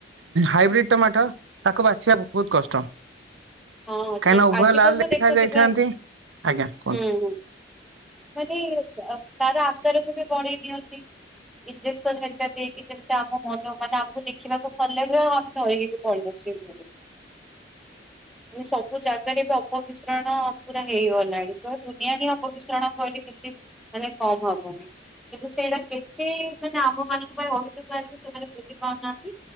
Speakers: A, on the right; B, in the centre.
A: ହାଇବ୍ରିଡ ଟମାଟୋ ତାକୁ ବା ସେୟା ବହୁତ କଷ୍ଟ।
B: ହଁ
A: କାହିଁକିନା
B: ଠିକ
A: ଉଭୟ
B: ଆଜିକାଲି
A: ଲାଲ ଦେଖା
B: ତ ଦେଖୁଥିବେ
A: ଯାଇଥାନ୍ତି ଆଜ୍ଞା କୁହନ୍ତୁ।
B: ହୁଁ ହଁ ମାନେ ତା ତାର ଆକାରକୁ ବି ବଢେଇ ଦିଅନ୍ତି ଇଞ୍ଜେକ୍ସନ ହେରିକା ଦେ ଇକି ଯେମିତି ଆମ ମନେ ହ ମାନ ଆମକୁ ଦେଖିବାକୁ ଭଲ ଲାଗିବ ଆଉ ଆମେ ଧରକି ବି ପଲେଇ ଆସିବୁ ସବୁ ଜାଗାରେ ବି ଅପମିଶ୍ରଣ ପୁରା ହେଇଗଲାଣି ତ ଦୁନିଆରେ ଅପମିଶ୍ରଣ କହିଲେ କିଛି ମାନେ କମ ହବନି। କିନ୍ତୁ ସେଇଟା କେତେ ମାନେ ଆମ ମାନଙ୍କ ପାଇଁ ଅହିତ କାର ସେମାନେ ବୁଝିପାରୁନାହାନ୍ତି।